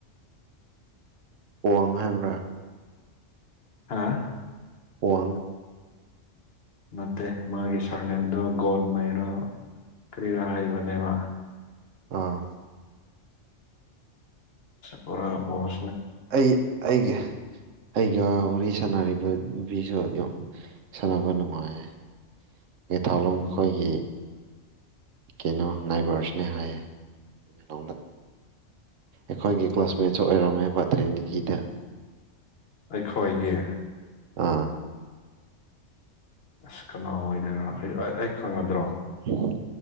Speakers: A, on the right (about 75°); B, on the left (about 55°).
A: ꯋꯥꯡ ꯍꯥꯏꯕ꯭ꯔꯥ
B: ꯍꯥꯥ
A: ꯄꯣꯟ
B: ꯅꯠꯇꯦ ꯃꯥꯒꯤ ꯁꯥꯔꯅꯦꯝꯗꯨ ꯒꯣꯟ ꯃꯩꯔꯥ ꯀꯔꯤꯔꯥ ꯍꯩꯕꯅꯦꯕ
A: ꯑꯥ
B: ꯄꯨꯔꯥ ꯕꯣꯁ
A: ꯑꯩ ꯑꯩꯒꯤ ꯑꯩꯒ ꯋꯥꯔꯤ ꯁꯥꯟꯅꯔꯤꯕ ꯅꯨꯄꯤꯁꯨ ꯌꯥꯝ ꯁꯥꯟꯅꯕ ꯅꯨꯡꯉꯥꯏꯌꯦ ꯑꯩꯩ ꯊꯥꯎꯂꯣꯡ
B: ꯎꯝ
A: ꯈꯣꯏꯒꯤ ꯀꯩꯅꯣ ꯅꯥꯏꯕꯔꯁꯅꯦ ꯍꯥꯏꯌꯦ ꯂꯣꯗ ꯑꯩꯈꯣꯏꯒꯤ
B: ꯎꯝ
A: ꯀ꯭ꯂꯥꯁꯃꯦꯠꯁꯨ ꯑꯣꯏꯔꯝꯃꯦꯕ ꯇ꯭ꯔꯤꯅꯤꯇꯤꯗ
B: ꯑꯩꯈꯣꯏꯒꯤ
A: ꯑꯥ
B: ꯑꯁ ꯀꯅꯥ ꯑꯣꯏꯗꯣꯏꯅ ꯑꯩ ꯈꯪꯉꯗ꯭ꯔꯣ
A: ꯑꯣ